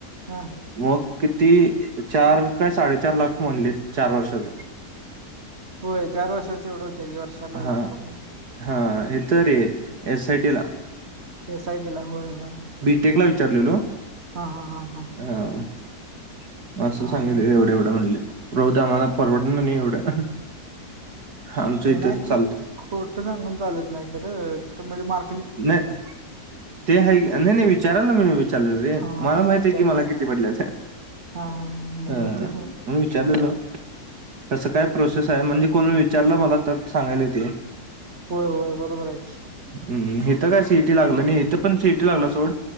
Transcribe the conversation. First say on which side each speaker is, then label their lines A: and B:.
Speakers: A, on the right (about 40°); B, on the right (about 75°).
A: हा
B: मग किती चार काय साडेचार लाख म्हणलीत चार वर्षाच
A: होय चार वर्षाच एवढं होत्यात की वर्षाला
B: हा
A: लाख रुपय
B: हा इथ रे एस आय टी ला
A: एस आय टी ला होय होय
B: टेकला विचारलेलो
A: हा हा हा हा
B: हा असं
A: हा
B: सांगितल
A: हा
B: एवढं एवढं म्हणलीत म ते आम्हाला परवडल नाही एवढं आमचं
A: होय,
B: इथच
A: नाही तिथं
B: चालतय
A: खोटं सांगून चालत नाही खरं तिथं म्हणजे मार
B: नाही ते हाय नाही नाही विचारायला चाललेलो रे
A: हा
B: मला
A: तेच
B: माहित
A: विचारायचं
B: हाय की मला किती पडल्यात
A: हा हा म्हणून
B: हा
A: तेच म्हण
B: म विचारलेलो कस काय प्रोसेस हाय म्हणजे कोण विचारलं मला तर सांगायला येतय
A: होय होय बरोबर हाय की
B: हू हिथं काय सिइटी लागलं नाही इथं पण सिइटी लागल सोड